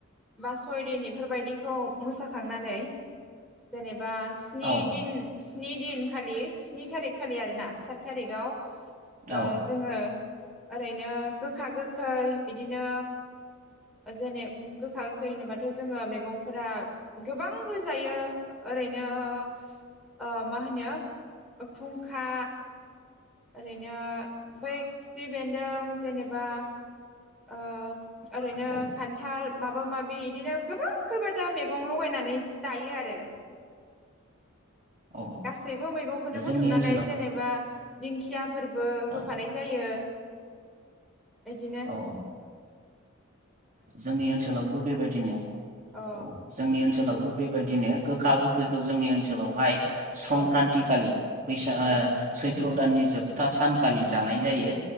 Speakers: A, in the centre; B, on the right.
A: बा सयदिन बेफोरबायदिखौ मोसाखांनानै जेनेबा स्नि
B: औ
A: दिन स्नि दिन खालि स्नि थारिख खालि आरोना सात थारिकाव ओ
B: औ
A: जोङो ओरैनो गोखा गोखै बिदिनो जेने गोखा गोखै होनोबाथ' जोङो मैगंफोरा गोबां होजायो ओरैनो ओ मा होनो खुंखा ओरैनो बै खिफि बेन्दों जेनेबा ओ ओरैनो
B: औ
A: खान्थाल माबा माबि इदिनो गोबां खैबाथा मेगं लगायनानै जायो आरो।
B: औ
A: गासैबो मैगंखौनो
B: जोंनि
A: बुथुमनानै
B: ओनसोलाव
A: जेनेबा दिंखिया फोरबो होफानाय
B: औ
A: जायो। बिदिनो
B: औ जोंनि ओनसोलावबो बेबायदिनो
A: अ
B: औ जोंनि ओनसोलाव बेबायदिनो गोखा गोखैखौ जोंनि ओनसोलावहाय संक्रान्ति
A: औ
B: खालि बैसा ओ
A: औ
B: सै त्र दाननि जोबथा सानखालि जानाय जायो।